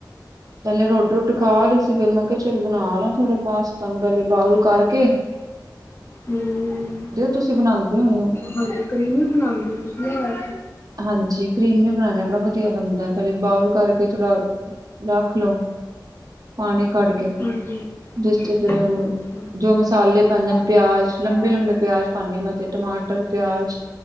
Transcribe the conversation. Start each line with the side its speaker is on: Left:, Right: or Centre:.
Right: ਪਲੇ ਰੋਟੀ-ਰੋਟੀ ਖਾ ਲਈ ਸੀ। ਫੇਰ ਮੈਂ ਕਿਹਾ ਚਲ ਬਣਾ ਲਾ ਥੋੜਾ ਪਾਸਤਾ ਨੂੰ ਪਹਿਲਾਂ ਬਾਊਲ ਕਰਕੇ। ਸਸ।
Left: ਹਮਮ।
Right: ਤੁਸੀਂ ਬਣਾਉਂਦੇ ਹੋਣੇ ਹੋ।
Left: ਹਾਂਜੀ ਕਰੀਮੀ ਬਣਾਉਂਦੇ ਤੁਸੀਂ ਆ।
Right: ਹਾਂਜੀ ਕਰੀਮੀ ਬਣਾਉਣੇ ਆਪੜਾ ਵਧੀਆ ਬਣਦਾ। ਪਹਿਲੇ ਬਊਲ ਕਰਕੇ ਥੋੜਾ। ਰੱਖ ਲੋ ਪਾਣੀ ਕੱਢ ਕੇ
Left: ਹਾਂਜੀ
Right: ਜਿਸ 'ਚ' ਫਿਰ
Left: ਅੱਛਾ।
Right: ਊ। ਜੋ ਮਸਾਲੇ
Left: ਲੋਕਸਾਂਗੇ
Right: ਪੈਂਦਾ ਨੇ ਪਿਆਜ
Left: ਸਭ
Right: ਲੰਬੇ-ਲੰਬੇ
Left: ਪਿਆਰ
Right: ਪਿਆਜ ਪਨੀਆ। ਹਾਂ ਮੈਂ ਤੇ ਟਮਾਟਰ ਪਿਆਜ਼।